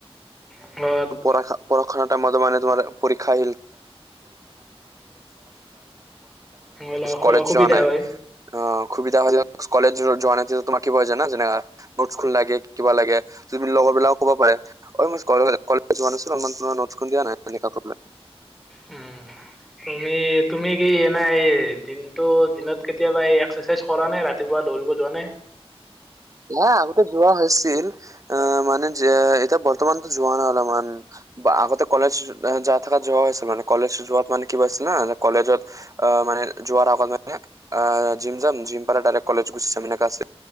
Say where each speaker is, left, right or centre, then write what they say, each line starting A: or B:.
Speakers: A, in the centre; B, on the right.
A: <inaudible>
B: <unintelligible> পৰক্ষাটা মান তুমি
A: অলপ
B: কলেজ
A: অসুবিধা
B: যোৱা নাই,
A: হয়।
B: অ, সুবিধা হৈ কলেজ যোৱা নাই, তোমাৰ কি হয় জানা যেনে নোট খন লাগে, কিবা লাগে, যি লগৰবলাক ক'ব পাৰে। <unintelligible>
A: উম, এই তুমি কি এনে এই, দিনটো দিনত কেতিয়াবা এই এক্সাৰচাইজ কৰা নে, ৰাতিপুৱা দৌৰিব যোৱা নে?
B: এ, আগতে যোৱা হৈছিল। আহ, মানে যে এতিয়া বৰ্তমানতো যোৱা নাই অলপমান। বা আগতে কলেজ যা থাকাত যোৱা হৈছিল, মানে কলেজ যোৱাত মানে কি কৰিছিলে ন, কলেজত আহ, মানে যোৱাৰ আগত মানে আহ, জিম যাম, জিম পালে ডাইৰেক্ট কলেজ গুচি যাম, এনেকা আছিল।